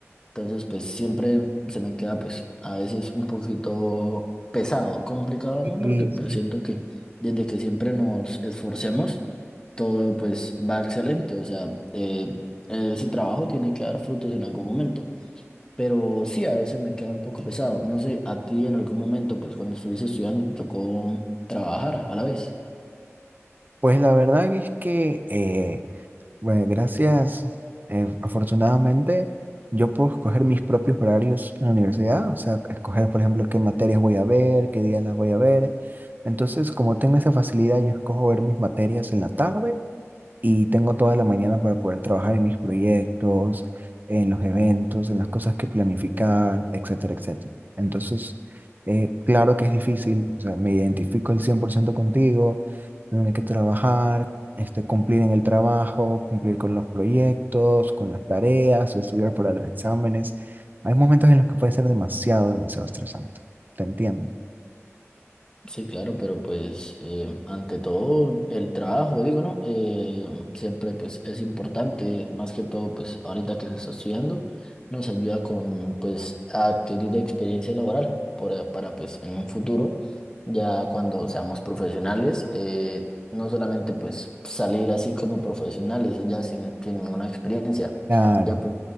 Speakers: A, on the left; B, on the right.
A: Entonces, pues siempre se me queda, pues a veces un poquito pesado, complicado, ¿no?
B: Y,
A: Porque pues siento que desde que siempre nos esforcemos, todo pues va excelente, o sea, eh, ese trabajo tiene que dar frutos en algún momento. Pero sí, a veces me queda un poco pesado. No sé, a ti en algún momento, pues cuando estuviste estudiando, te tocó trabajar a la vez.
B: Pues la verdad es que, eh, bueno, gracias, eh, afortunadamente, yo puedo escoger mis propios horarios en la universidad, o sea, escoger, por ejemplo, qué materias voy a ver, qué días las voy a ver. Entonces, como tengo esa facilidad, yo escojo ver mis materias en la tarde y tengo toda la mañana para poder trabajar en mis proyectos, en los eventos, en las cosas que planificar, etcétera, etcétera. Entonces, eh, claro que es difícil, o sea, me identifico el 100% contigo, tener que trabajar, este, cumplir en el trabajo, cumplir con los proyectos, con las tareas, estudiar para los exámenes. Hay momentos en los que puede ser demasiado, demasiado estresante. Te entiendo.
A: Sí, claro, pero pues eh, ante todo el trabajo, digo, ¿no? Eh, siempre pues es importante, más que todo pues ahorita que se está estudiando, nos ayuda con pues a adquirir experiencia laboral por- para pues en un futuro, ya cuando seamos profesionales, eh, no solamente pues salir así como profesionales, ya sin, sin ninguna experiencia,
B: Claro.
A: ya pues